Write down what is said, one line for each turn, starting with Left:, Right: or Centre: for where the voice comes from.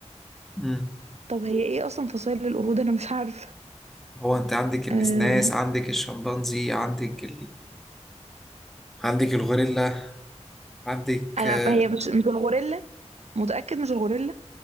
Centre: مم.
Right: طب هي ايه اصلا فصيلة القرود انا مش عارفة
Centre: هو انت عندك النسناس
Right: آه،
Centre: عندك الشمبانزي عندك عندك الغوريلا عندك
Right: انا
Centre: آه،
Right: هي مش مش الغوريلا متأكد مش الغوريلا